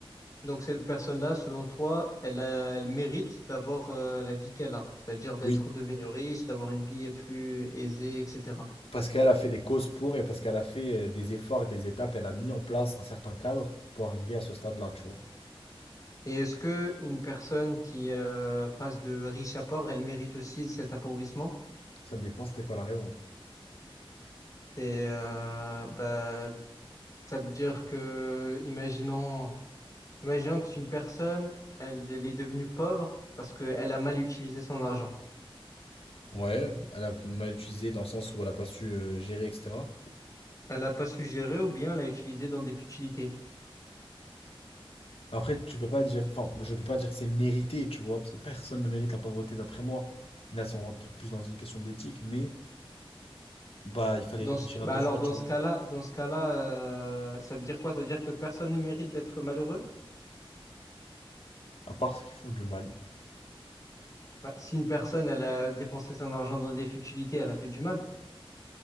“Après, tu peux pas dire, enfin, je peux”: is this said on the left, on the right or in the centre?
Left